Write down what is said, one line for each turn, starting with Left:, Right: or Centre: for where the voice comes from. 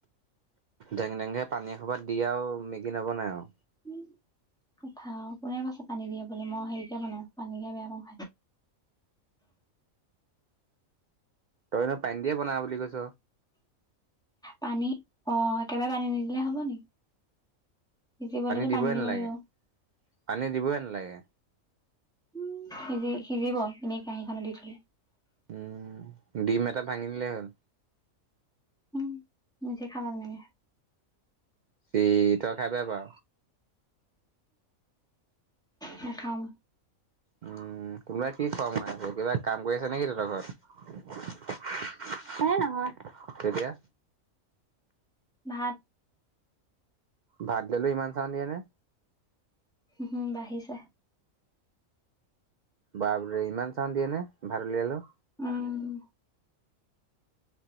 Right: ডেং ডেং কে পানী এসোপা দি আৰু মেগি নবনাই আৰু।
Centre: উম। উঠা কোনে কৈছে পানী দিয়ে বুলি। মই হেৰিকে বনাওঁ পানীকে বেয়া পাওঁ।
Right: তইনো পানী দিয়ে বনাব বুলি কৈছ।
Centre: পানী অ' একেবাৰে পানী নিদিলে হ'ব নেকি। সিজিবলৈতো
Right: দিবই
Centre: পানী দিব
Right: নালাগে
Centre: লাগিব।
Right: পানী দিবই নালাগে
Centre: উম। সিজি সিজিব এনেই কাহীখনত দি থলে।
Right: উম ডিম এটা ভাঙি দিলেই হ'ল।
Centre: উম নিজে খাবা তেনেকে।
Right: সি তই খাই বেয়া পাওঁ?
Centre: নেখাও মই।
Right: উম। কোনোবা কি খৰ কৰাই আছে। কিবা কাম কৰি আছে নেকি তহঁতৰ ঘৰত? এই নহয়। তেতিয়া
Centre: ভাত
Right: ভাত দিলেও ইমান চাউন দিয়ে নে?
Centre: উ হুম বাঢ়িছে।
Right: বাপৰে ইমান চাওঁন দিয়ে নে ভাত উলিয়ালেও।
Centre: উম।